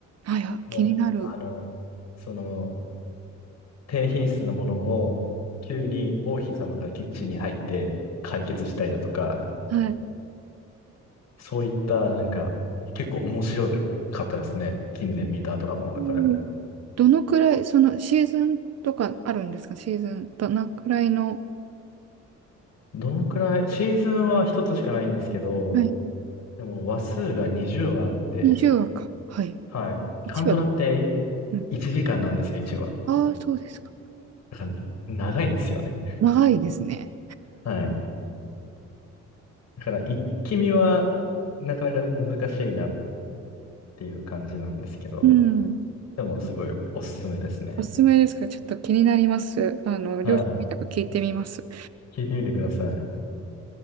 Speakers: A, on the right; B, on the left.
A: う。はいや、
B: の、
A: 気になる。
B: あの、その、低品質なものを、急に王妃様がキッチンに入って解決したりだとか、
A: はい。
B: そういった、なんか、結構面白かったですね。近年見たドラマの中でも。
A: おーどのくらい、そのシーズンとかあるんですかシーズン、どのくらいの、
B: どのくらい、シーズンは一つしかないんですけど、
A: はい。
B: でも話数が20話あって、
A: 20話か。はい。
B: はい。
A: 1話と。
B: カンドラって
A: うん
B: 1時間なんですよ、1話。
A: ああ、そうですか。
B: だから長いんですよね。
A: 長いですね。
B: はい。だから一気見はなかなか難しいなっていう感じなんですけど、
A: うん。
B: でもすごいおすすめですね。
A: おすすめですかちょっと気になります。あの、
B: はい。
A: 両親見たか聞いてみます。
B: 聞いてみてください。